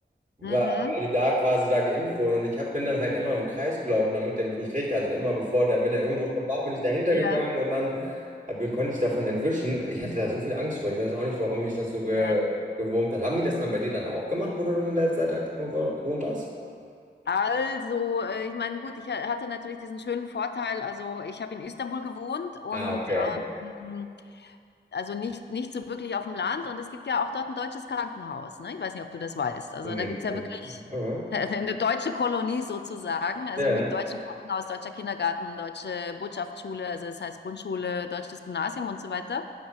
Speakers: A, on the right; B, on the left.
A: wa-
B: Mhm.
A: weil die da quasi da geimpft wurden. Und ich hab, bin dann halt immer im Kreis gelaufen, damit der mich nicht kriegt. Also immer bevor der, wenn er irgendwo schon war, bin ich dahinter
B: Ja,
A: gegangen und dann hab, konnte ich davon entwischen. Ich hatte da so viel Angst vor. Ich weiß auch nicht, warum mich das so ge
B: ja.
A: gewurmt hat. Haben die das dann bei dir dann auch gemacht, wo du dann in der Zeit da gewo- gewohnt hast?
B: Also, äh, ich meine, gut, ich ha- hatte natürlich diesen schönen Vorteil, also ich habe in Istanbul gewohnt und
A: Ah, okay.
B: ähm, also nicht, nicht so wirklich auf dem Land. Und es gibt ja auch dort ein deutsches Krankenhaus. Ne? Ich weiß nicht, ob du das weißt. Also
A: Mhm.
B: da gibt es ja
A: Mhm.
B: wirklich <laughs> eine deutsche Kolonie sozusagen. Also
A: Ja,
B: mit deutschem Krankenhaus, deutscher Kindergarten, deutsche Botschaftsschule, also das heißt Grundschule, deutsches Gymnasium und so weiter.